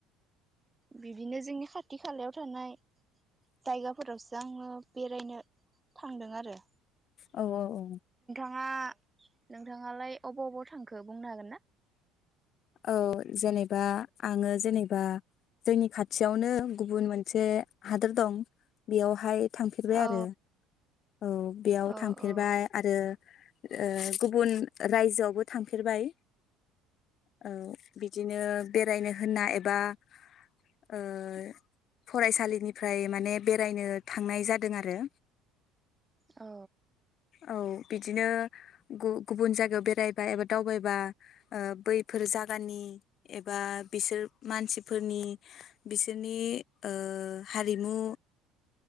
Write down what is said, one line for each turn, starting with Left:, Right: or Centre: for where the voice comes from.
Right: बिदिनो जोंनि खाथि खालायाव थानाय जायगाफोरावसो आङो बेरायनो थांदों आरो
Left: औ औ औ
Right: नोंथाङा नोंथाङालाय अबाव अबाव थांखो बुंनो हागोन ना?
Left: औ जेनेबा आङो जेनेबा जोंनि खा खाथियावनो गुबुन मोनसे हादोर दं बेवहाय थांफेरबाय
Right: औ
Left: आरो औ बेयाव
Right: औ
Left: थांफेरबाय
Right: औ
Left: आरो ओ गुबुन रायजोआवबो थांफेरबाय। औ बिदिनो बेरायनो होनना एबा बा ओ फरायसालिनिफ्राय माने बेरायनो थांनाय जादों आरो
Right: औ
Left: औ बिदिनो गु गुबुन जायगायाव बेरायबा एबा दावबायबा बै फोर जागानि एबा बिसोर मानसिफोरनि बिसोरनि ओ हारिमु